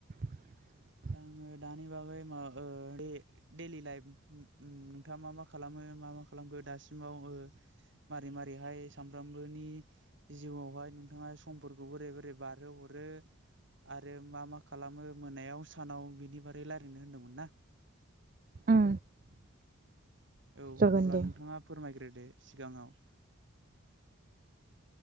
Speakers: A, on the right; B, on the right.
A: <inaudible>
B: आङो दानि बागै माब <unintelligible> डेलि लाइफ नोंथाङा मा मा खालामो मा मा खालामखो दासिमाव मारै मारैहाय सानफ्रामबोनि जिउआवहाय नोंथाङा समफोरखौ बोरै बोरै बारहो हरो आरो मा मा खालामो मोनायाव सानाव बिनि बागै रायजलायनो होनदोंमोन ना
A: उम
B: औ
A: जागोन
B: अब्ला
A: दे
B: नोंथाङा फोरमायग्रोदो सिगाङाव